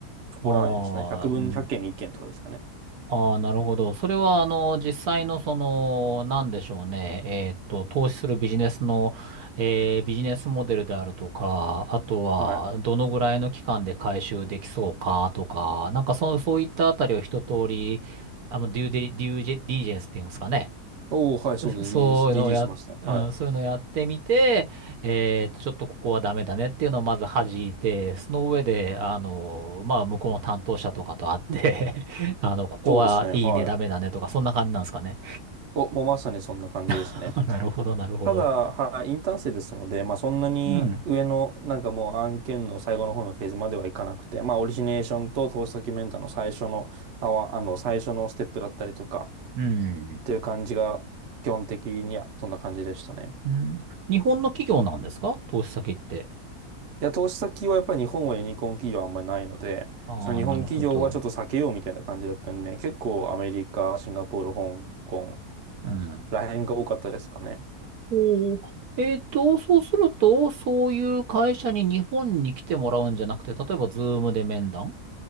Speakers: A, on the right; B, on the right.
A: 通らないですね。
B: ああ、
A: 100分、
B: うん
A: 1件に1件とかですかね。
B: ああ、なるほど。それは、あの、実際の、その、なんでしょうね。えーっと、投資するビジネスの、えービジネスモデルであるとか、あとは、
A: はい。
B: どのぐらいの期間で回収できそうかとか、なんか、そう、そういったあたりを一通り、あの、デューデリ、デュージェディリジェンスっていうんですかね。
A: おー、はい、そうです。
B: そういうのをや、
A: DD、DD しますね。
B: うん、
A: はい。
B: そういうのをやってみて、えーっと、ちょっとここはダメだねっていうのをまず弾いて、その上で、あの、まあ、向こうの担当者とかと会って
A: うん
B: <laughs> あの、ここはいいね、
A: そうですね。はい。
B: ダメだねとか、そんな感じなんですかね。
A: お、もうまさにそんな感じですね。
B: <laughs> あなるほど、なるほど。
A: ただ、はい、インターン生ですので、まあそんなに上の、
B: うん、
A: なんかもう案件の最後の方のフェーズまではいかなくて、まあオリジネーションと投資先メンターの最初の、あわ、あの、最初のステップだったりとか、
B: うん、
A: っていう感じが、基本的にはそんな感じでしたね。
B: うん。日本の企業なんですか投資先って。
A: いや、投資先はやっぱり日本はユニコーン企業あんまりないので、
B: ああ、
A: その日本企業はちょっと避けようみたいな感じだったんでね、
B: なるほど。
A: 結構アメリカ、シンガポール、香港
B: うん。
A: ら辺が多かったですかね。
B: おお。えっと、そうすると、そういう会社に日本に来てもらうんじゃなくて、例えば、ズームで面談